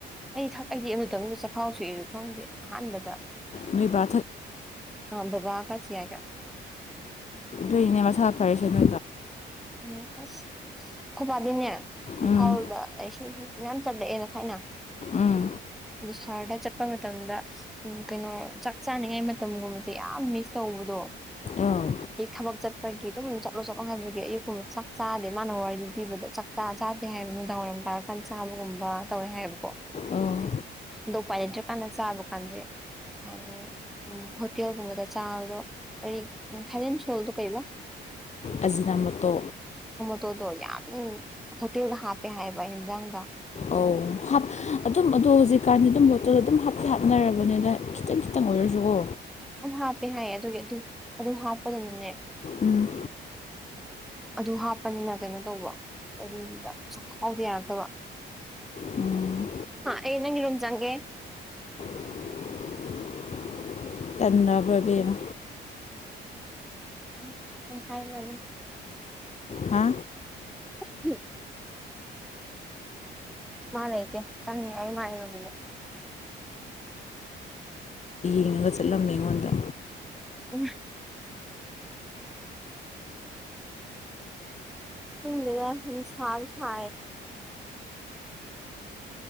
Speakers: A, in the centre; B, on the left (about 35°).
A: ꯑꯩ ꯊꯥꯛ ꯑꯩꯗꯤ ꯑꯃꯇ ꯑꯃꯗ ꯆꯈꯥꯎ ꯁꯣꯛꯑꯁꯨ ꯈꯪꯗꯦ ꯑꯍꯥꯟꯕꯗ
B: ꯅꯣꯏ ꯕꯥ
A: ꯑ ꯕꯥ ꯀ ꯆꯌꯥꯏ ꯀ
B: ꯗꯅ ꯃ ꯁꯥꯞ ꯐꯔꯁꯗ
A: ꯎꯝꯁ ꯈꯨꯄꯥꯗꯤꯅꯦ ꯏꯝꯐꯥꯎꯜꯗ
B: ꯎꯝ
A: ꯃꯌꯥꯝ ꯆꯝꯂꯛꯑꯦꯅ ꯊꯥꯏꯅ
B: ꯎꯝ
A: ꯑꯗꯨꯗ ꯁꯍꯔꯗ ꯆꯠꯄ ꯃꯇꯝꯗ ꯎ ꯀꯩꯅꯣ ꯆꯥꯛ ꯆꯥꯅꯤꯡꯉꯥꯏ ꯃꯇꯝꯒꯨꯝꯕꯁꯦ ꯌꯥꯝ ꯃꯤꯁ ꯇꯧꯕꯗꯣ
B: ꯑꯧ
A: ꯑꯩ ꯊꯕꯛ ꯆꯠꯄꯒꯤ ꯑꯗꯨꯝ ꯆꯠꯂꯣ ꯆꯠꯂꯣ ꯍꯥꯏꯟꯕꯒꯤ ꯑꯌꯨꯛ ꯆꯥꯛ ꯆꯥꯗꯦ ꯃꯥꯅ ꯋꯥꯔꯤ ꯂꯤ ꯂꯤꯕꯗ ꯆꯥꯛ ꯆ ꯆꯥꯗꯦ ꯍꯥꯏꯕ ꯅꯨꯡꯗꯥꯡ ꯋꯥꯏꯔꯝ ꯇꯥꯔꯀꯥꯟ ꯆꯥꯕꯒꯨꯝꯕ ꯇꯧꯋꯦ ꯍꯥꯏꯕꯀꯣ
B: ꯑꯣ
A: ꯑꯗꯣ ꯄꯥꯏ ꯂꯩꯇ꯭ꯔ ꯀꯥꯟꯅ ꯆꯥꯕ ꯀꯥꯟꯁꯦ ꯍꯥꯏꯅꯤ ꯎ ꯍꯣꯇꯦꯜꯒꯨꯝꯕꯗ ꯆꯥꯕꯗꯣ ꯔꯤ ꯎ ꯊꯥꯏꯦꯟ ꯁꯣꯜꯗ ꯀꯩꯕ
B: ꯑꯖꯤꯅ ꯃꯇꯣ
A: ꯍꯣꯇꯣꯗꯣ ꯌꯥꯝ ꯍꯣꯇꯦꯜꯗ ꯍꯥꯞꯄꯦ ꯍꯥꯏꯕ ꯌꯦꯟꯖꯥꯡꯗ
B: ꯑꯣꯞ ꯑꯗꯨꯝ ꯑꯗꯣ ꯍꯧꯖꯤꯛꯀꯥꯟꯗꯤ ꯑꯗꯨꯝ ꯕꯣꯇꯜ ꯑꯗꯨꯝ ꯍꯥꯞꯇꯤ ꯍꯥꯞꯅꯔꯕꯅꯦ ꯑꯗ ꯈꯤꯇꯪ ꯈꯤꯇꯪ ꯑꯣꯏꯔꯁꯨꯀꯣ
A: ꯑꯗꯨꯝ ꯍꯥꯞꯄꯦ ꯍꯥꯏꯌꯦ ꯑꯗꯨꯒꯤ ꯑꯗꯨ ꯑꯗꯨꯝ ꯍꯥꯞꯄꯗꯨꯅꯅꯦ
B: ꯎꯝ
A: ꯑꯗꯨ ꯍꯥꯞꯄꯅꯤꯅ ꯀꯩꯅꯣ ꯇꯧꯕ ꯀꯔꯤꯗ ꯄꯩꯁꯥ ꯈꯥꯎꯗ ꯌꯥꯔꯛꯇꯕ
B: ꯎꯝ
A: ꯑꯩ ꯅꯪꯒꯤ ꯂꯨꯝ ꯆꯪꯒꯦ
B: <unintelligible> ꯇꯟꯅꯕ꯭ꯔꯚꯅ
A: ꯎꯝ ꯑꯩ ꯍꯥꯏꯕꯅꯤ
B: ꯍꯥ
A: <unintelligible> ꯃꯥꯂ ꯏꯇꯦ ꯆꯥꯡꯅꯤ ꯍꯥꯏꯏ ꯃꯥꯥꯏꯔꯣꯃꯤꯗ
B: ꯇꯤꯡꯉꯒ ꯆꯠꯂꯝꯃꯦ ꯑꯩꯉꯣꯟꯗ
A: ꯎꯝ ꯍꯨꯡꯂꯗ ꯍꯁꯥꯁ